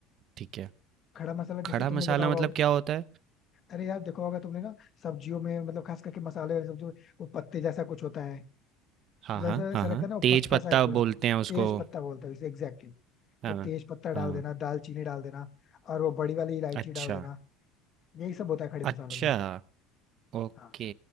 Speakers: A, on the right; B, on the left.
A: ठीक है।
B: खड़ा मसाला
A: खड़ा
B: जैसे तुमने
A: मसाला
B: देखा होगा
A: मतलब क्या होता है?
B: अरे यार देखो होगा तुमने ना सब्जियों में मतलब खास करके मसाले वाली सब्जियों में वो पत्ते जैसा कुछ होता है मतलब
A: हाँ, हाँ,
B: ऐसा ऐसा
A: हाँ,
B: लगता
A: हाँ।
B: है ना वो
A: तेज
B: पत्ता
A: पत्ता
B: सा है पूरा
A: बोलते हैं उसको।
B: तेज पत्ता बोलते हैं इसे एग्जैक्टली
A: हाँ,
B: तो तेज पत्ता डाल
A: हाँ।
B: देना दालचीनी डाल देना और वो बड़ी वाली इलायची
A: अच्छा,
B: डाल देना यही सब होता है खड़े
A: अच्छा।
B: मसालों में
A: ओके,
B: हाँ